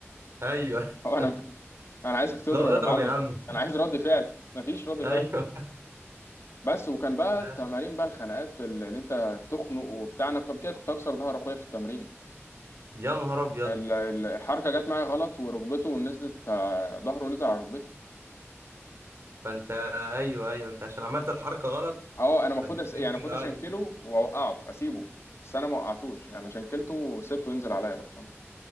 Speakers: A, on the right (about 65°); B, on the left (about 65°).
A: ايوه <laughs>
B: هو انا <laughs> انا عايزك تضرب
A: لا
B: يا
A: اضرب
B: معلم
A: يا عم
B: انا عايز رد فعل مفيش رد
A: ايوه
B: فعل بس وكان بقى
A: لا
B: تمارين بقى الخناقات اللي اللي انت تخنق وبتاع انا قبل كده كنت اكسر ظهر اخويا في التمرين
A: يا نهار ابيض
B: ال- ال- الحركه جت معايا غلط وركبته نزلت آه، ظهره نزل على ركبتي
A: فانت ايوه ايوه انت عشان عملت الحركه غلط
B: اه انا المفروض
A: فانت كان
B: أس... يعني
A: ممكن
B: المفروض
A: اي
B: اشنكله واوقعه اسيبه بس انا ما وقعتوش يعني شنكلته وسبته ينزل عليا بقى فاهم